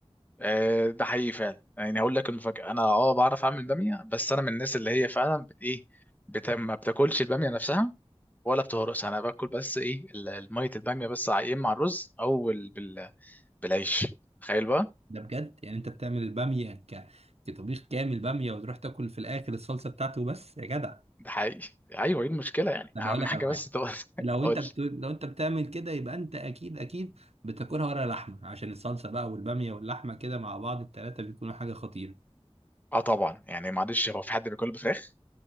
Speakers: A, on the left (about 15°); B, on the right (about 75°).
A: آه، ده حقيقي فعلا يعني هقول لك المفاجأة انا اه بعرف اعمل بامية بس انا من الناس اللي هي فعلا بت ايه بت... ما بتاكلش البامية نفسها ولا بتهرسها انا باكل بس ايه ال- المية البامية بس يا اما مع الرز او ال- بال... بالعيش تخيل بقى
B: ده بجد يعني انت بتعمل الباميه ك كطبيخ كامل باميه وتروح تاكل في الاخر الصلصه بتاعته بس يا جدع
A: ده حقيقي ايوه ايه المشكلة يعني
B: انا
A: اهم
B: بقول لك
A: حاجة
B: على حاجه
A: بس تبقى
B: لو
A: <laughs> قول
B: انت بت... لو انت بتعمل كده يبقى انت اكيد اكيد بتاكلها ورا لحمه عشان الصلصه بقى والباميه واللحمه كده مع بعض التلاته بيكونوا حاجه خطيره
A: اه طبعا يعني معلش هو في حد بياكل بفراخ